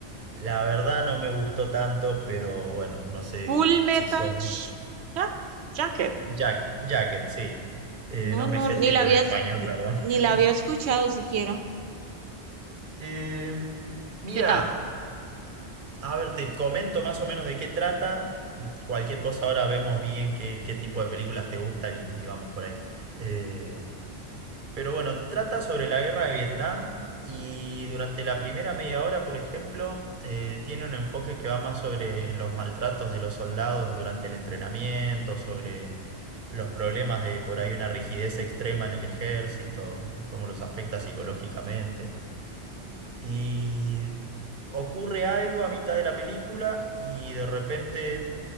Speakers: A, on the right (about 50°); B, on the right (about 70°).
A: La verdad no me gustó tanto, pero bueno, no sé
B: Full Metal
A: si son...
B: Sh- Ja- Jacket.
A: Jack, Jacket, sí. Eh,
B: No,
A: no
B: no,
A: me sé
B: ni
A: el título
B: la había,
A: en español, perdón.
B: ni
A: <laughs>
B: la había escuchado siquiera.
A: Eh, mira,
B: ¿Qué tal?
A: a ver, te comento más o menos de qué trata. Cualquier cosa ahora vemos bien qué, qué tipo de películas te gustan y, y vamos por ahí. Eh, Pero bueno, trata sobre la guerra de Vietnam y durante la primera media hora, por ejemplo, eh, tiene un enfoque que va más sobre los maltratos de los soldados durante el entrenamiento, sobre los problemas de por ahí una rigidez extrema en el ejército, cómo los afecta psicológicamente.
B: Ok.
A: Y ocurre algo a mitad de la película y de repente,